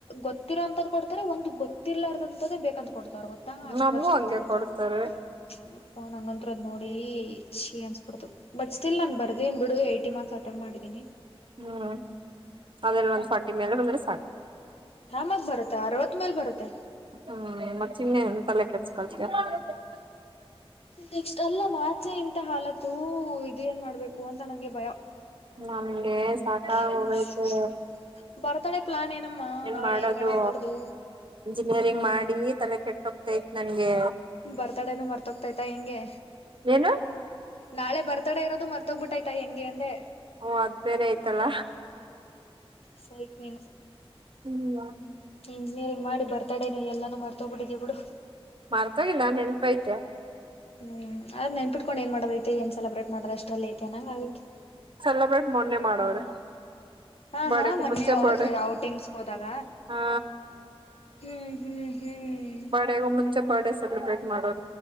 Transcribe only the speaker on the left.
ಗೊತ್ತಿರೋ ಅಂತದ್ ಕೊಡ್ತಾರೆ ಒಂದು ಗೊತ್ತ ತಿರ್ಲಾರದಂತದೇ ಬೇಕ ಕೊಡ್ತ್ರ ಗೊತ್ತಾ ಅಷ್ಟ್
ವರ್ಷಕ್ಕೆ
ತಗತವರ್
ಅಪ್ಪ ನಂಗಂತತ್ರ ಅದ್ ನೋಡಿ ಈ ಚಿ ಅನ್ಸ್ಬಿಡ್ದು ಬಟ್ಸ್ತಿಲ್ಲ ನಾನನ್ ಬರ್ದನ್ ಬಿಡು ಯಿ ಮಾರ್ಕ್ಸ್ ಅಟೆಂಡ್ ಮಾಡಿದ್ದೀನಿ
ಆರಾಮಾಗ್ ಬರುತ್ತೆ ಅರವತ್ ಮೇಲ್ ಬರುತ್ತೆ
ನೆಕ್ಟ್ ಅಲ್ಲ ಮಾಥ್ಸ್ ಹೇ ಇಂತ ಹಾಲತು ಇದೇಏನ್ ಮಾಡ್ಬೇಕು ಅಂತ ನಂಗೆ ಭಯ
ಕೆಮಿಸ್ಟ್ರಿ
ಬರ್ತಡೆ ಪ್ಲಾನ್ ಏನಮ್ಮ
ನಾಳೆ
ಮೇಡಮ್ ಅವ್ರದು
ಬರ್ತಾಡೆನು ಮರ್ತಹೋಗ್ತಾಯಯ್ತಾ ಹೆಂಗೆ
ನಾಳೆ ಬರ್ತಡೆ ಇರೋದು ಮರ್ತೋಗ್ಬಿಟ್ಟಾಯ್ತಾ ಹೆಂಗೆ ಅಂದೆ
ಸೈಕ್ ನೀನು
ಇಂಜಿನಿಯರಿಂಗ್ ಮಾಡಿ ಬರ್ತಾಡೇನು ಎಲ್ಲಾನೂ ಮರ್ತೋಗ್ಬಿಟ್ಟಿದಿ ಬಿಡು
ಹ್ಮ್ ಅದ್ ನೆನ್ಪಿಟ್ಕೊಂಡ್ ಏನ್ ಮಾಡದ ಐತೆ ಏನ್ ಸೆಲೆಬ್ರೇಟ್ ಮಾಡದ ಅಷ್ಟ್ರಲ್ಲಿ ಐತೆ ಅನಂಗ ಆಗೈತಿ
ಹಾ
ಹಾ ಮೊನ್ನೆ
ಔಟಿಂಗ್ಸ್ ಹೋದಾಗ
ಹ್ಮ್ ಹ್ಮ್ ಹ್ಮ್